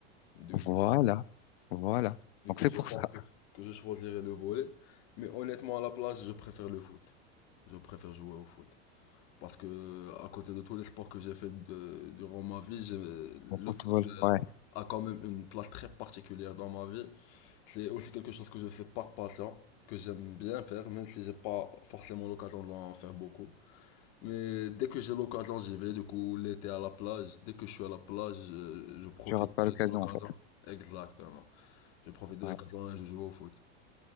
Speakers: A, on the left (about 40°); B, on the left (about 60°).
A: du
B: voilà,
A: coup.
B: voilà.
A: Du
B: Donc
A: coup,
B: c'est
A: je
B: pour
A: pense
B: ça. <laughs>
A: que, que je choisirais le volley. Mais honnêtement, à la place, je préfère le foot. Je préfère jouer au foot. Parce que, à côté de tous les sports que j'ai fait de- durant ma vie, j'ai- le
B: Au football,
A: foot euh,
B: ouais,
A: a quand même une place très particulière dans ma vie. C'est aussi quelque chose que je fais par passion, que j'aime bien faire, même si j'ai pas forcément l'occasion d'en faire beaucoup. Mais dès que j'ai l'occasion, j'y vais. Du coup, l'été à la plage, dès que je suis à la plage, je, je profite
B: tu rates pas
A: de
B: l'occasion
A: l'occasion.
B: en fait.
A: Exactement. Je profite de
B: Ouais,
A: l'occasion et je joue au foot.